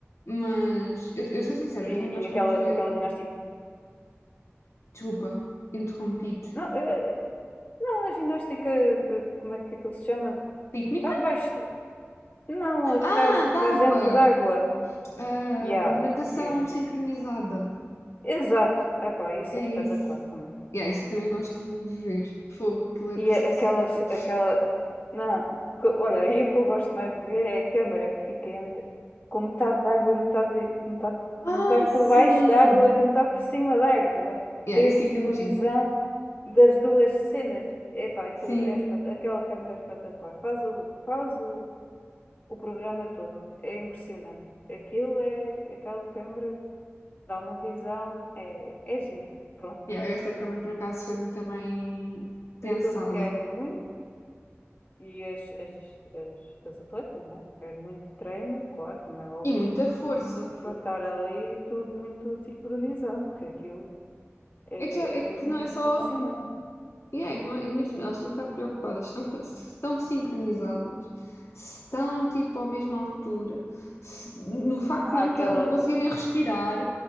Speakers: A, on the left; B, on the left.
A: mas eu, eu sou sincera,
B: e,
A: eu também gosto
B: e aquela,
A: muito de ver.
B: aquela ginástica.
A: Desculpa, interrompi-te.
B: Não, eh, não, a ginástica, eh, como é que aquilo se chama?
A: Rítmica?
B: Cá debaixo. Não, a que
A: Ah,
B: estás, estás
A: d'água!
B: dentro d'água.
A: Ah,
B: Yeah.
A: natação
B: eh,
A: sincronizada.
B: Exato. Epá, isso
A: É
B: é
A: isso.
B: espetacular também.
A: Yeah, isso eu também gosto de ver. Fogo, aquilo é
B: E
A: preciso.
B: a- aquelas, aquela. Não, que- olha, aí o que eu gosto mais de ver é a câmara que fica entre, com metade de água e metade, metade, metade
A: Ah, sim!
B: por baixo da água e metade por cima da água.
A: Yeah,
B: Tens
A: esse é que
B: uma
A: é muito
B: visão
A: giro.
B: das duas cenas. Epá, aquilo
A: Sim.
B: é, espa- aquela câmara é espetacular. Faz o, faz o, o programa todo. É impressionante. Aquilo é, aquela câmara dá uma visão, é, é giro. Pronto.
A: Yeah, essa
B: E
A: câmara por acaso foi muito bem pensada.
B: é aquilo requer muito. E as, as, as, as atletas, né? Quero muito treino, claro, como é óbvio,
A: E muita força. Fu-
B: para estar ali tudo muito sincronizado, porque aquilo é,
A: É que, já- é
B: é mesmo
A: que não é só
B: impressionante.
A: E é que não, ainda por cima, elas têm que estar preocupadas se estão, co- se estão sincronizadas, se estão tipo à mesma altura, se- no facto
B: Há
A: de não,
B: aquela.
A: ta- não conseguirem respirar,